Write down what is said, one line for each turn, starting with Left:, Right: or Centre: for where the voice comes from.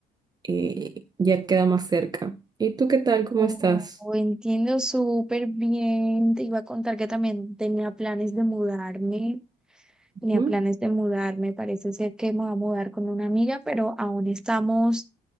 Right: eh, ya queda más cerca. ¿Y tú qué tal? ¿Cómo
Centre: oh,
Right: estás?
Centre: entiendo súper bien. Te iba a contar que también tenía planes de mudarme. Tenía
Right: ¿Mm?
Centre: planes de mudarme. Parece ser que me voy a mudar con una amiga, pero aún estamos